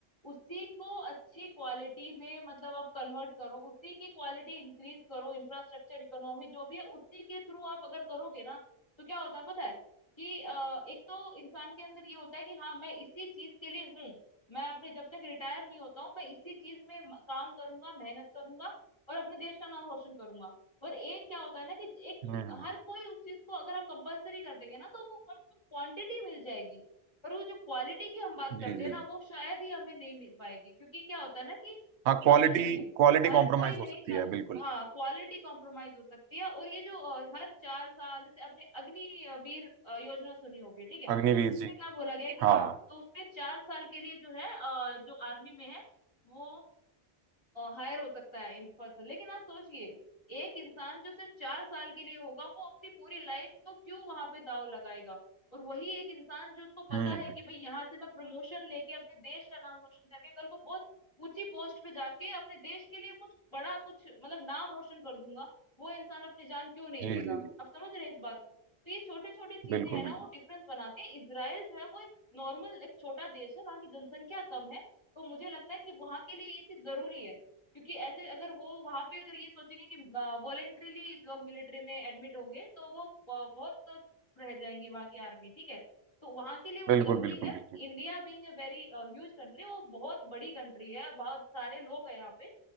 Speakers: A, on the left (about 25°); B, on the right (about 90°).
A: उसी को अच्छी क्वालिटी में मतलब आप कन्वर्ट करो उसी की क्वालिटी इंक्रीज करो इंफ्रास्ट्रक्चर इकोनॉमी जो भी है उसी के थ्रू आप अगर करोगे ना तो क्या होता है पता है कि अ, एक तो इंसान के अंदर ये होता है कि हाँ मैं इसी चीज के लिए हूँ मैं अपने जब तक रिटायर नहीं होता हूँ मैं इसी चीज में म- काम करूंगा मेहनत करूंगा और अपने देश का नाम रोशन करूंगा और एक क्या होता है ना कि एक
B: हम्म,
A: हर कोई उस चीज को अगर हम कंपलसरी कर देंगे ना तो वो हमको क्वांटिटी मिल जाएगी पर वो जो क्वालिटी की हम बात
B: जी
A: करते
B: जी
A: हैं ना
B: जी
A: वो शायद ही हमें नहीं मिल पाएगी क्योंकि क्या होता है ना कि
B: हाँ क्वालिटी
A: आप समझिए
B: क्वालिटी
A: हर
B: कॉम्प्रोमाइज
A: कोई नहीं
B: हो सकती
A: चाह
B: है बिल्कुल
A: हाँ क्वालिटी कॉम्प्रोमाइज हो सकती है और ये जो अ, हर चार साल जैसे आपने अग्निवीर अ, योजना सुनी होगी ठीक है
B: अग्निवीर
A: उसमें
B: जी
A: क्या बोला गया कि
B: हाँ
A: हाँ
B: हाँ
A: तो उसमें चार साल के लिए जो है अ, जो आर्मी में है वो हायर हो सकता है इन पर्सन लेकिन आप सोचिए एक इंसान जो सिर्फ चार साल के लिए होगा वो अपनी पूरी लाइफ को क्यों वहां पे दाव लगाएगा और वही एक इंसान जो उसको पता
B: हम्म हम्म,
A: है कि भाई यहाँ से मैं प्रमोशन लेके अपने देश का नाम रोशन करके कल को बहुत ऊंची पोस्ट पे जाके अपने देश के लिए कुछ बड़ा कुछ मतलब नाम रोशन कर दूंगा वो इंसान अपनी जान क्यों नहीं
B: जी
A: देगा
B: जी जी
A: आप समझ रहे हैं इस बात को तो ये छोटे छोटे चीजें
B: बिल्कुल
A: हैं ना
B: बिल्कुल
A: वो डिफरेंस बनाती है इसराइल जो है वो एक नॉर्मल एक छोटा देश है वहां की जनसंख्या कम है तो मुझे लगता है कि वहां के लिए ये चीज जरूरी है क्योंकि ऐसे अगर वो वहां पे अगर ये सोचेंगे कि वॉलेंट्रीली लोग मिलिट्री में एडमिट होंगे तो वो ब- बहुत रह जाएंगी वहां की आर्मी ठीक है तो वहां के लिए
B: बिल्कुल
A: वो जरूरी
B: बिल्कुल
A: है
B: बिल्कुल
A: India being a very huge country वो बहुत बड़ी कंट्री है बहुत सारे लोग हैं यहाँ पे